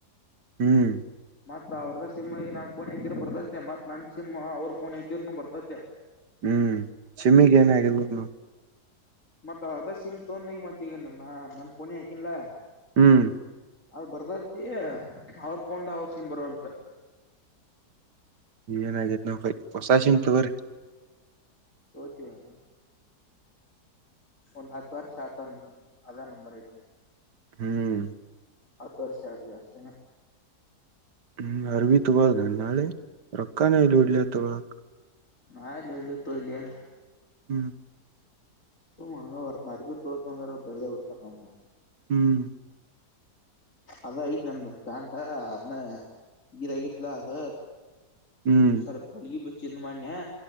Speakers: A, on the right; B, on the left.
A: ಹ್ಮ್
B: ಮತ್ತತ್ ಅವ್ರದ ಸಿಮ್ ನಾನನ್ ಪುಣಕಿರ್ ಬರ್ತೈತೆ ಮತ್ ನನ್ ಸಿಮ್ ಅವ್ರ ಪುಣೆಕಿರ್ನು ಬರ್ತೈತೆ.
A: ಹ್ಮ್ ಸಿಮ್ಮಿಗ್ ಏನಾಗಿರ್ಬದು.
B: ಮತ್ ಅದ ಸಿಮ್ ತೊಂದ ಈಗ ಮತ್ ಈಗ ನನ್ನ ನನ್ ಪೋನಿ ಹಾಕಿನಲ್ಲಾ.
A: ಹ್ಮ್
B: ಅ ಬರ್ದೈತಿ ಅವ್ರ ಪೊಂಡ ಅವರ್ಷಿಮ ಬರವಲ್ತ್.
A: ಏನಾಗೇತ್ ನಾವ್ ಹೊಸ ಶಮಟುಗ್ರರಿ.
B: ತಗೊತಿವ್. ಒಂದ್ ಹತ್ತು ವರ್ಷ ಆತಂದ ಅದ ನಂಬರ್ ಐತ್ ನಂದ್.
A: ಹ್ಮ್
B: ಹತ್ತು ವರ್ಷೆ ಆಗಿದೆ ಅಷ್ಟೆ ನಾ.
A: ಹ್ಮ್ ಅರವಿ ತುುವಳ ನ ನಾಳೆ ರೊಕ್ಕಾನ ಲೋಡ್ಲ ತುಾಗ.
B: ನಾಲ್ಲ ಅರಿ ಬಿತ್ತು ಇಲ್ಲಿಯಾ.
A: ಹ್ಮ್
B: ಸುಮ ಹಂಗ ಬರ್ತ ಅರಿಬಿ ತೋರ್ತಂದ್ರೆ ಬಯದ ಬರ್ತಾರ ನಮ್ಮ.
A: ಹ್ಮ್
B: ಅದ ಐತ್ ನಂದು ಪ್ಯಾಂಟ ಅದ್ನ್ನ ಈರಗಿತ್ಲ ಅದು.
A: ಹ್ಮ್
B: ಸರ್ಪ ಅಳಿಗೆ ಬಚಿದನಮನ್ಯಾ.